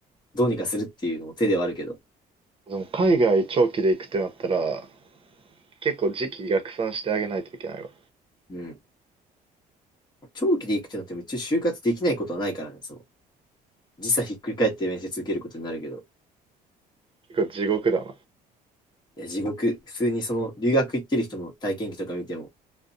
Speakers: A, on the left; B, on the right.
A: どうにかするっていうのも手ではあるけど、
B: でも海外長期で行くってなったら、結構時期逆算してあげないといけないわ。
A: うん。長期で行くってなっても一応就活できないことはないからね、その、時差ひっくり返って面接受けることになるけど、
B: 結構地獄だな。
A: いや、地獄、普通にその、留学行ってる人の体験記とか見ても、